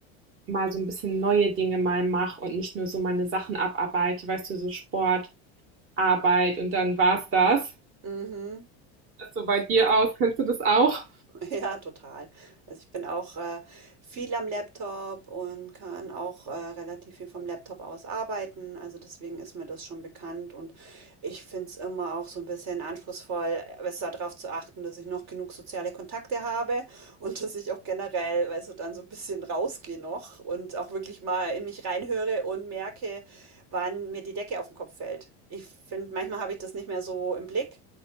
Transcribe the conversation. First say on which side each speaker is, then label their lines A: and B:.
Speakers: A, on the right (about 40°); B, on the right (about 55°).
A: mal so ein bisschen neue Dinge mal mache und nicht nur so meine Sachen abarbeite, weißt du, so Sport, Arbeit und dann war's das.
B: mhm.
A: Ist so bei dir aus? Kennst du das auch?
B: <laughs> Ja, total. Also ich bin auch äh, viel am Laptop und kann auch äh, relativ viel vom Laptop aus arbeiten. Also deswegen ist mir das schon bekannt und ich finde es immer auch so ein bisschen anspruchsvoll, äh, besser darauf zu achten, dass ich noch genug soziale Kontakte habe und dass ich auch generell, weißt du, dann so ein bisschen rausgehe noch und auch wirklich mal in mich reinhöre und merke, wann mir die Decke auf den Kopf fällt. Ich finde, manchmal habe ich das nicht mehr so im Blick.